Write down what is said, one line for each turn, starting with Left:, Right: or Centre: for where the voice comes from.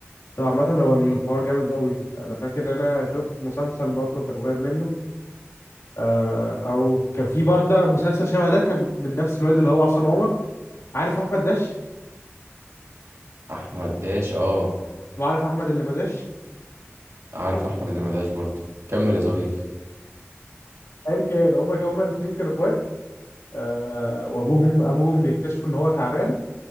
Left: طبعا عامة هو الحوار جامد قوي انا فاكر ان انا شفت مسلسل برضه كان قريب منه آه، او كان في برضه مسلسل شبه ده كان من نفس الواد اللي هو عصام عمر عارف احمد داش
Right: احمد داش اه
Left: وعارف احمد اللي ما داش
Right: عارف احمد اللي ما داش برضه كمل يا ظريف
Left: ايا كان هما هما الاثنين كانوا اخوات آه، وابوهم ابوهم بيكتشفوا ان هو تعبان